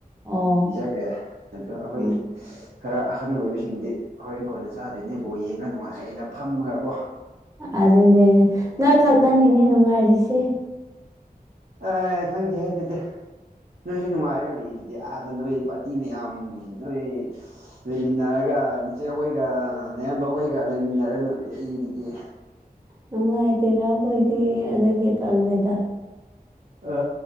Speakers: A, on the right; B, on the right.
A: ꯑꯣ
B: ꯄꯤꯖꯈ꯭ꯔꯦ ꯑꯗꯣ ꯑꯩꯈꯣꯏ
A: ꯎꯝ
B: ꯈꯔ ꯑꯍꯜ ꯑꯣꯏꯕꯁꯤꯡꯗꯤ ꯍꯣꯔꯦꯟ ꯀꯣꯟꯅ ꯆꯥꯗꯣꯏꯅꯦ ꯕꯣꯜ ꯌꯦꯡꯉ ꯅꯨꯡꯉꯥꯏꯅ ꯐꯝꯃꯒꯀꯣ꯫
A: ꯑꯗꯨꯅꯦ ꯅꯣꯏ
B: ꯎꯝ
A: ꯈꯛꯇꯅꯤꯅꯦ ꯅꯨꯡꯉꯥꯏꯔꯤꯁꯦ꯫
B: ꯑꯦ ꯈꯪꯗꯦꯍꯦ ꯑꯗꯨꯗꯤ ꯅꯣꯏꯁꯨ ꯅꯨꯡꯉꯥꯏꯔꯒ ꯂꯩ ꯌꯤꯗꯨꯗꯤ ꯑꯥꯗ ꯅꯣꯏ ꯄꯥꯔꯇꯤ ꯃꯌꯥꯝ ꯅꯣꯏ ꯂꯩꯃꯤꯟꯅꯔꯒ ꯅꯆꯦ ꯍꯣꯏꯒ ꯅꯌꯥꯝꯕ ꯍꯣꯏꯒ ꯂꯩꯃꯤꯟꯅꯔꯒ ꯂꯩꯗꯨꯗꯤ
A: ꯅꯨꯡꯉꯥꯏꯇꯦꯗ ꯑꯩꯈꯣꯏꯗꯤ ꯑꯗꯨꯒꯤ ꯇꯜꯂꯦꯗ
B: ꯑ